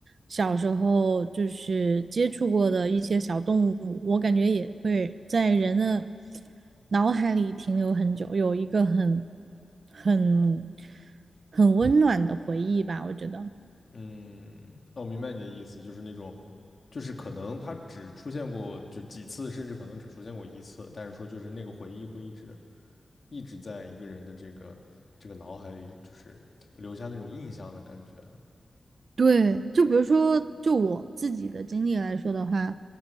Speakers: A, on the right; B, on the left.
A: 小时候就是接触过的一些小动物，我感觉也会在人的脑海里停留很久，有一个很很很温暖的回忆吧，我觉得。
B: 嗯，那我明白你的意思，就是那种，就是可能它只出现过就几次，甚至可能只出现过一次，但是说就是那个回忆会一直一直在一个人的这个这个脑海里，就是留下那种印象的感觉
A: 对，就比如说，就我自己的经历来说的话，